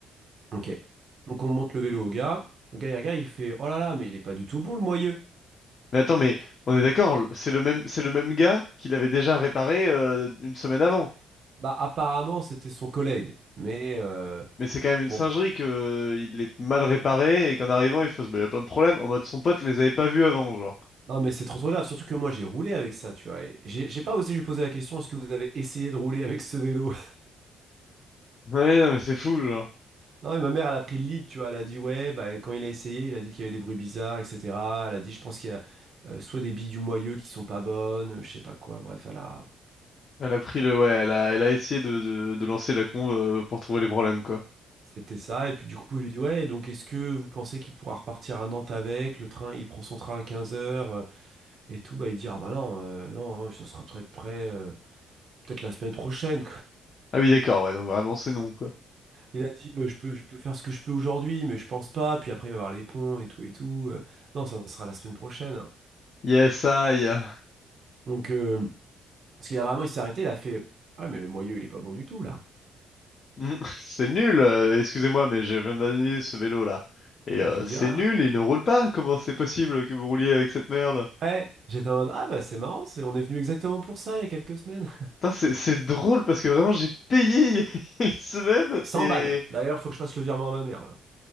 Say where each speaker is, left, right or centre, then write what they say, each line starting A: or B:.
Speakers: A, on the right; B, on the left.
A: Ok. Donc on monte le vélo au gars. Le gars, il regarde, il fait, oh là là, mais il est pas du tout bon le moyeu.
B: Mais attends, mais on est d'accord, c'est le même, c'est le même gars qui l'avait déjà réparé euh, une semaine avant.
A: Bah apparemment, c'était son collègue. Mais euh,
B: Mais c'est quand même une
A: bon,
B: singerie que il est mal réparé et qu'en arrivant, il faut se... bah, il y a plein de problèmes. En mode, son pote les avait pas vus avant, genre.
A: Non, mais c'est trop trop grave, surtout que moi j'ai roulé avec ça, tu vois. et J'ai j'ai pas osé lui poser la question, est-ce que vous avez essayé de rouler avec ce vélo? <laughs>
B: Ouais, non, mais c'est fou, genre.
A: Non, mais ma mère, elle a pris le lead, tu vois. Elle a dit, ouais, bah, quand il a essayé, il a dit qu'il y avait des bruits bizarres, etc. Elle a dit, je pense qu'il y a euh, soit des billes du moyeu qui sont pas bonnes, je sais pas quoi. Bref, elle a...
B: Elle a pris le... Ouais, elle a, elle a essayé de, de, de lancer la conve euh, pour trouver les problèmes, quoi.
A: c'était ça. Et puis du coup, il lui dit, ouais, donc est-ce que vous pensez qu'il pourra repartir à Nantes avec? Le train, il prend son train à 15 heures euh, et tout. Bah, il dit, ah bah non, euh, non, hein, ça sera peut-être prêt. euh, Peut-être la semaine prochaine,
B: Ah oui, d'accord, ouais, donc vraiment, c'est non, quoi.
A: Il a dit, euh, je peux, je peux faire ce que je peux aujourd'hui, mais je pense pas. Puis après, il va y avoir les ponts et tout et tout. Euh, non, ça sera la semaine prochaine.
B: Yes, aïe.
A: Donc, euh, parce qu'il a vraiment, il s'est arrêté, il a fait, ouais, mais le moyeu, il est pas bon du tout, là.
B: Hmm, <laughs> C'est nul, euh, excusez-moi, mais j'ai viens d'annuler ce vélo-là. Et euh,
A: Je lui dis,
B: c'est
A: ah,
B: nul, il ne roule pas. Comment c'est possible que vous rouliez avec cette merde?
A: ouais. J'étais en mode, ah, bah, c'est marrant, c'est, on est venu exactement pour ça il y a quelques semaines.
B: Putain, c'est c'est drôle parce que vraiment, j'ai payé <laughs> il y a une semaine
A: <laughs> cent
B: et...
A: balles. D'ailleurs, faut que je fasse le virement à ma mère, là.